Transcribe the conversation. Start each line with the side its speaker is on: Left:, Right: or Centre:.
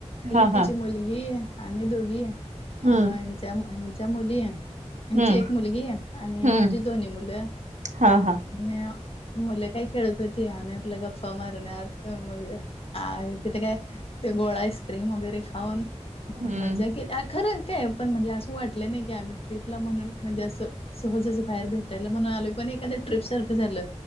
Left: ती
Right: हा
Left: तिची
Right: हा
Left: मुलगी, आम्ही दोघी अं
Right: हम्म
Left: हिच्या हिच्या मुली- तेंची
Right: हम्म
Left: एक मुलगी, आणि
Right: हम्म
Left: माझी दोन्ही मुलं.
Right: हा हा
Left: <unintelligible> मुलं काय खेळत होती, आम्ही आपल्या गप्पा मारण्यात, मग आहे तिथे काय- ते गोळा आईस्क्रीम वगैरे खाऊन
Right: हम्म
Left: मज्जा केल्या खरं ते पण म्हणजे असं वाटलं नाय की आम्ही ट्रीपला म्हणून म्हणजे असं सहजंज बाहेर भेटायला म्हणून आलोय प पण एकानं ट्रिप सारखं झालं